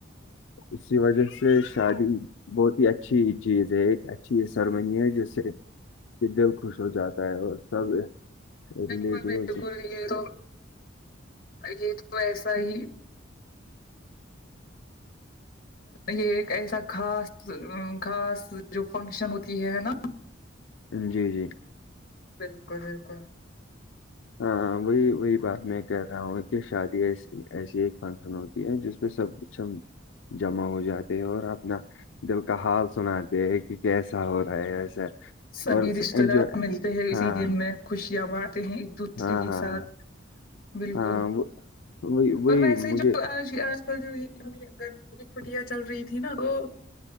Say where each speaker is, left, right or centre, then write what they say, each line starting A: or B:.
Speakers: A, on the left (about 75°); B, on the left (about 50°).
A: اسی وجہ سے شادی بہت ہی اچھی چیز ہے ایک اچھی سرمئی ہے جس سے کہ دل خوش ہو جاتا ہے اور سب
B: بالکل
A: ریلیٹو
B: بالکل یہ تو یہ تو ایسا ہی یہ ایک ایسا خاص خاص جو فنکشن ہوتی ہے ہے نا
A: جی جی
B: بالکل بالکل
A: ہاں وہی وہی بات میں کہہ رہا ہوں کہ شادی ایسی ایسی ایک فنکشن ہوتی جس پہ سب کچھ جمع ہو جاتے ہیں اور اپنا دل کا حال سناتے ہیں کہ کیسا ہو رہا ہے ایسا
B: سبھی
A: اور
B: رشتے
A: انجوائے
B: دار ملتے ہیں اسی
A: ہاں
B: دن میں خوشیاں مارتے ہیں ایک دوسرے
A: ہاں
B: کے
A: ہاں ہاں
B: ساتھ بالکل
A: ہاں وہ- وہی وہی
B: اور ویسے
A: مجھے
B: جو آج کل جو یہ گرمی کی چھٹیاں چل رہی تھی نا وہ